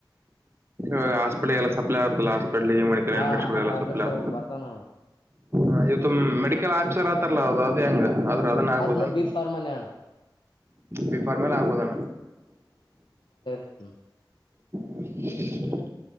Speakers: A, on the right; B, on the left.
A: ಇಾಗ ಹಾಸ್ಪಟ್ಲ್ ಎಲ್ಲ ಸಪ್ಲೈ ಆಗತಲ್ಲಸ್ ಮಕ
B: ಹಾ
A: ಅ್ರ ಶಡಲ್ಲ
B: ಆ ಟ್ಯಾಬ್ಲೆಟ್ಸ್
A: ಸೊಲ ಅತ
B: ಅವು ಬರ್ತಾನ
A: ಹ ಇವತ್ತು್ ಮೆಡಿಕಲ್ ಆಫೀಸರ್ ಆತಾರಲ್ಲ ಅದು ಅದೇ ಹೆಂಗ ಆದ್ರೆ ಅದನ್ನ ಆಗ್ಬೋದಣ
B: ಅದ್ನು ಬಿ ಫಾರ್ಮನೇ ಅಣ್ಣ
A: ಬಿಫಾರ್್ಮೇಲೆ ಆಗ್ಬೋದಣ
B: ಹ್ಮ
A: ಹೂ ಹೂ